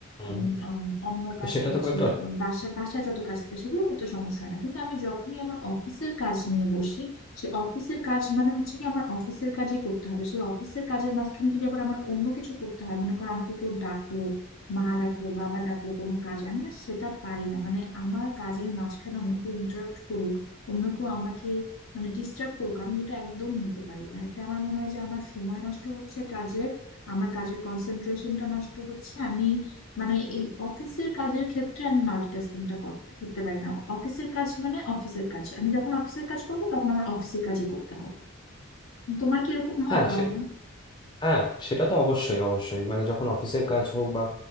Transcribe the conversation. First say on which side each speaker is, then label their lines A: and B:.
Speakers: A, on the left; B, on the left.
A: হুম।
B: উম, আম, অন্য
A: তো
B: কাজ
A: সেটা
B: করছি
A: তো খুব একটা
B: বাসা বাসা যত কাজ থাকে সেগুলো করতে সমস্যা হয় না কিন্তু আমি যখনই আমার অফিসের কাজ নিয়ে বসি সে অফিসের কাজ মানে হচ্ছে কি আমার অফিসের কাজই করতে হবে সেই অফিসের কাজের মাঝখানে যদি আবার আমার অন্য কিছু করতে হয় মনে করো আমাকে কেউ ডাকলো মা ডাকলো বাবা ডাকলো কোনো কাজে আমি না সেটা পারি না মানে আমার কাজের মাঝখানে অন্য কেউ ইন্টারাপ্ট করুক অন্য কেউ আমাকে মানে ডিস্টার্ব করুক আমি এটা একদম নিতে পারি না এতে আমার মনে হয় যে আমার সময় নষ্ট হচ্ছে কাজের আমার কাজের কনসেন্ট্রেশনটা নষ্ট হচ্ছে আমি মানে এই অফিসের কাজের ক্ষেত্রে আমি মাল্টিটাস্কিংটা করতে পারি না অফিসের কাজ মানে অফিসের কাজ আমি যখন অফিসের কাজ করবো তখন আমার অফিসের কাজই করতে হবে তোমার কি এরকম হয়
A: হ্যাঁ
B: প্রবলেম
A: হ্যাঁ সেটা তো অবশ্যই অবশ্যই মানে যখন অফিসের কাজ হোক বা